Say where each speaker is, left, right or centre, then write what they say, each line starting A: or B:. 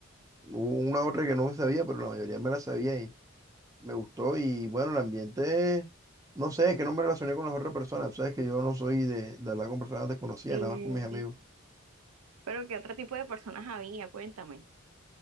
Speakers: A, on the right; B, on the right.
A: Hubo una otra que no me sabía, pero la mayoría me la sabía me gustó y bueno, el ambiente, no sé, es que no me relacioné con las otras personas, tú sabes que yo no soy de, de hablar con personas desconocidas,
B: Eh,
A: nada más con mis amigos.
B: Pero ¿qué otro tipo de personas había? Cuéntame.